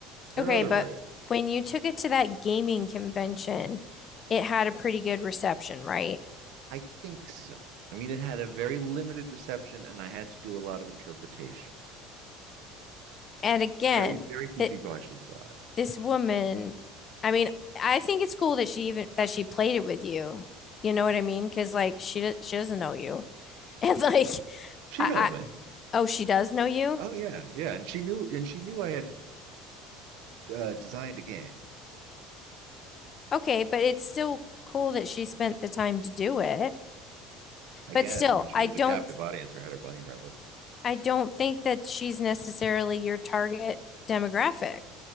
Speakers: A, on the right; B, on the left.
A: There
B: okay,
A: are other
B: but
A: words.
B: when you took it to that gaming convention, it had a pretty good reception, right?
A: I think so. I mean, it had a very limited reception, and I had to do a lot of interpretation.
B: And again,
A: Very, very few
B: that
A: people actually saw it.
B: this woman, I mean, I think it's cool that she even that she played it with you. You know what I mean? Because like she she doesn't know you, <laughs> and like
A: She
B: I,
A: knows
B: I
A: me.
B: oh she does know you.
A: Oh yeah, yeah, and she knew, and she knew I had uh, designed a game.
B: Okay, but it's still cool that she spent the time to do it.
A: I
B: But
A: guess.
B: still,
A: I mean, she
B: I
A: was
B: don't
A: a captive audience or had her bunny rabbit.
B: I don't think that she's necessarily your target demographic,